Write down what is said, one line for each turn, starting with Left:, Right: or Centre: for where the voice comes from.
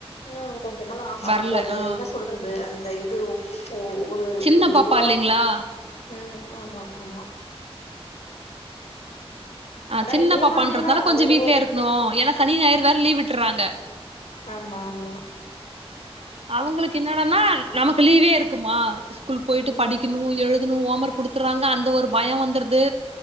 Left: இன்னு கொஞ்ச நாள் ஆக்கது
Right: வரல
Left: அது
Right: ஆ
Left: என்ன சொல்றது அந்த இது ஒ ஒரு
Right: சின்ன
Left: ஒரு
Right: பாப்பா
Left: இதுவா
Right: இல்லைங்களா
Left: ம் ஆமா ஆமா
Right: ஆ
Left: அதா
Right: சின்ன
Left: இதே
Right: பாப்பான்றதால
Left: மாதிரிதா
Right: கொஞ்ச
Left: ஒரு
Right: வீட்லே
Left: ஒரு
Right: இருக்கணு
Left: கிளா
Right: ஏனா சனி ஞாயிறு வேற லீவ் விட்டிற்றாங்க
Left: ஆமாம்மா
Right: அவுங்களுக்கு என்னடன்னா நமக்கு லீவே இருக்குமா ஸ்கூல் போயிட்டு
Left: ம்
Right: படிக்கிணு எழுதுணு ஓம் ஒர்க் குடுத்துற்றாங்க அந்த ஒரு பயம் வந்திர்து